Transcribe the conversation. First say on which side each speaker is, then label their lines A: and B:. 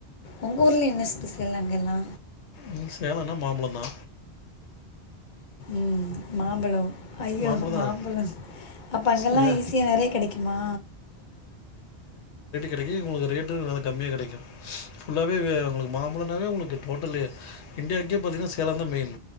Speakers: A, on the left (about 50°); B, on the left (about 85°).
A: உங்க ஊர்ல என்ன ஸ்பெஷல் அங்கல்லா?
B: ம் சேலன்னா மாம்பழந்தா.
A: ம் மாம்பழோ ஐயோ
B: மாம்பழம்
A: மாம்பழோ
B: தான்
A: அப்ப அங்கல்லா
B: சே
A: ஈஸியா நெறைய கெடைக்குமா?
B: கெடைக்கி உங்களுக்கு ரேட்டு நல்லா கம்மியா கெடைக்கு. ஃபுல்லாவே வெ உங்களுக்கு மாம் பழோன்னாவே உங்குளுக்கு டோட்டலு இண்டியாக் கே பாத்தீங்கனா சேலம்ந்தா மெய்ன்